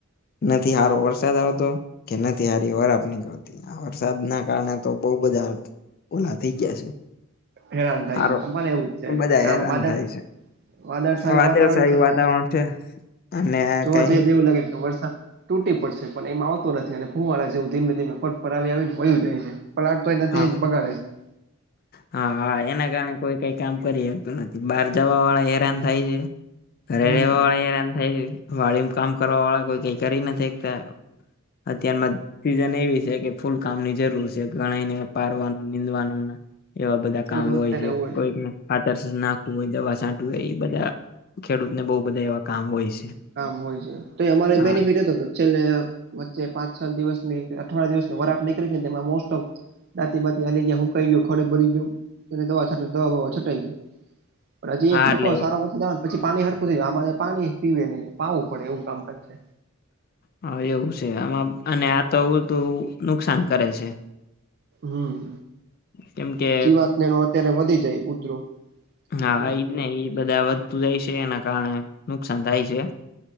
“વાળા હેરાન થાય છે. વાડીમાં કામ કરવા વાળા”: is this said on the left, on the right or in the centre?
Left